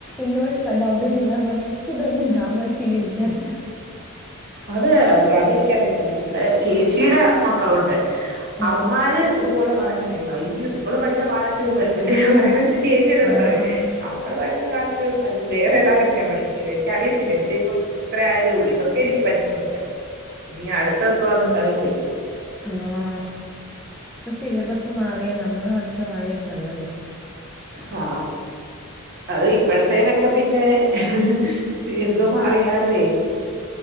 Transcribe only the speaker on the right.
അത് അയ്യോ അതെനിക്കറിയത്തില്ല ഇവിടെ ചേച്ചിയുടെ മക്കളുണ്ട്
അവന്മാര് ഇതുപോലെ പറയുന്ന കേക്ക അയ്യോ നിങ്ങള് പഠിച്ച കാലത്ത ഒന്നും അല്ല എ <inaudible> ചേച്ചിയെന്നോട്
പറയും
നമ്മള് പഠിച്ച കാലത്തെ ഒന്നും അല്ലത് വേറെേതാണ്ടൊക്കെയാ പഠിപ്പിക്ക എനിക്കറിയ ല്ല എന്റെ ഇപ്പം അത്രയതേ ഉള്ളൂ ഇതക്ക ന്നുണ്ട് ഇനി അടുത്ത എന്തവാ നക്ക് അറിയത്തില്ലോ
ഹാ അത് ഇപ്പോഴത്തേനൊക്കെ പിന്നെ ഹ് എന്തും മാറിയാലുവേ